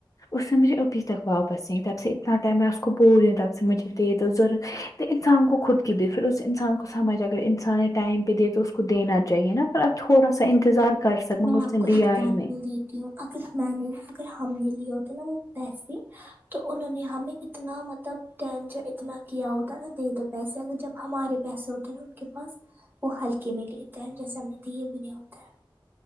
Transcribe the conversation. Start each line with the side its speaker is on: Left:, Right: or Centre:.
Left: اس سے مجھے ابھی تک واپس نہیں تب سے اتنا میں اس کو بول رہی ہو تب سے مجھے دیدو ضرورت تو انسان کو خود کی بھی پھر اس انسان کو سمجھ اگر انسان نے ٹائم پہ دے تو اس کو دینا چاہیے نا تھوڑا سا انتظار کر سک مگر
Right: میں
Left: اس
Right: آپ
Left: نے
Right: کو
Left: دیا
Right: ایگزامپل
Left: ہی نہیں
Right: اگر میں نے اگر ہم نے لیے ہوتے نا وہ پیسے تو انہوں نے ہمیں اتنا مطلب ٹینشن اتنا کیا ہوتا نا دے دیتا پیسے اگر جب ہمارے پیسے ہوتے ہیں نا ان کے پاس وہ ہلکے میں لیتا ہے جیسا ہم نے دیے بھی نہیں ہوتا ہے